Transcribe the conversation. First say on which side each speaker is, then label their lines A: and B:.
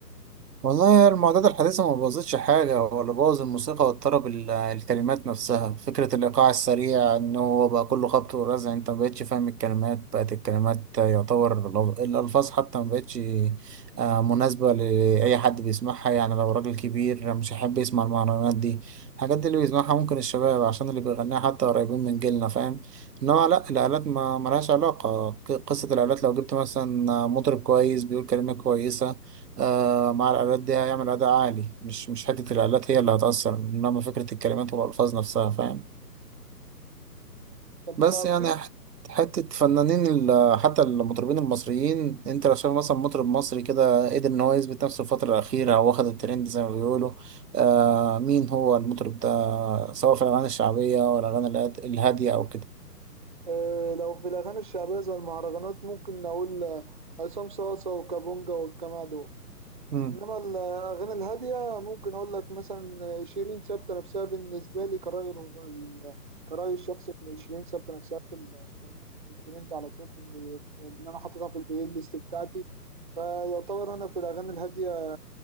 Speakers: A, on the right (about 75°); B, on the right (about 35°).
A: والله المعدات الحديثة ما بوظتش حاجة هو اللي بوظ الموسيقى واضطرب ال- الكلمات نفسها فكرة الإيقاع السريع إن هو بقى كله خبط ورزع أنت ما بقتش فاهم الكلمات بقت الكلمات يعتبر لغ- الألفاظ حتى ما بقتش آه، مناسبة لأي حد بيسمعها يعني لو راجل كبير مش هيحب يسمع المهرجانات دي الحاجات دي اللي بيسمعها ممكن الشباب عشان اللي بيغنيها حتى قريبين من جيلنا فاهم إنما لأ الآلات ما ملهاش علاقة ق- قصة الآلات لو جبت مثلا مطرب كويس بيقول كلمة كويسة آه مع الآلات دي هيعمل أداء عالي مش مش حتة الآلات هي اللي هتأثر إنما فكرة الكلمات والألفاظ نفسها فاهم
B: طب
A: بس يعني
B: في
A: حت- حتة فنانين ال- حتى المطربين المصريين أنت لو شايف مثلا مطرب مصري كده قدر إن هو يثبت نفسه الفترة الأخيرة أو واخد الترند زي ما بيقولوا آه مين هو المطرب ده سواء في الأغاني الشعبية ولا الأغاني الهاد- الهادية أو كده
B: آه، لو في الأغاني الشعبية زي المهرجانات ممكن نقول آه، عصام صاصة وكابونجا والجماعة دول.
A: مم.
B: انما الاغاني الهاديه ممكن اقول لك مثلا شيرين ثابته نفسها بالنسبه لي كرايي ال- كرايي الشخصي ان شيرين ثابته نفسها في ال- في في- في الترند على طول ان إن انا حاططها في البلاي ليست بتاعتي فيعتبر انا في الاغاني الهاديه